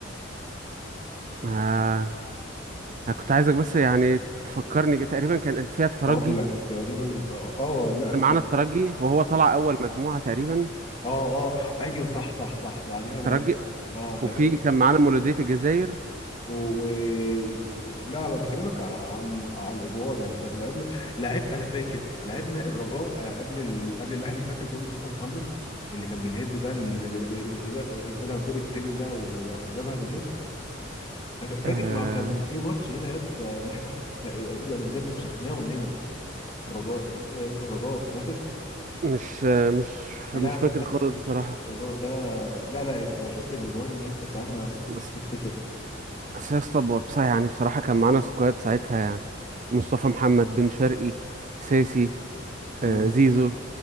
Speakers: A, on the right (about 40°); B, on the left (about 25°).
A: آه أنا كنت عايزك بس يعني تفكرني كده. تقريبا كان فيها الترجي
B: هقول لك تقريبا اه آه، لا
A: كان معانا
B: لا،
A: الترجي وهو طلع أول مجموعة تقريبا
B: اه اه ايوه صح صح صح بعديها
A: الترجي
B: لعب اه تقريبا
A: وفي كان معانا مولودية الجزائر
B: و... و... لا بكلمك على على الادوار يعني احنا لعبنا لعب انا فاكر لعبنا الرجاء آه، قبل ال... قبل الاهلي فاكر جون مصطفى محمد اللي كان بالهيد ده اللي, اللي اللي طلع الدور التاني ده وراح جابها بالهيد فاكر
A: آه
B: ما كان في ماتش هنا يد اللي احنا ف- يعني بجد فشخناهم هنا الرجاء آه، الرجاء فاكر
A: مش آه مش
B: آه،
A: مش
B: لا انا
A: فاكر
B: فاكر
A: خالص بصراحة
B: الرجاء ده لا لا انت لو شفت الاجوان لسه بتاعتها
A: بس
B: تفتكر
A: بس يا اسطى بصراحة يعني بصراحة كان معانا سكواد ساعتها يعني مصطفى محمد بن شرقي ساسي
B: مم.
A: آه زيزو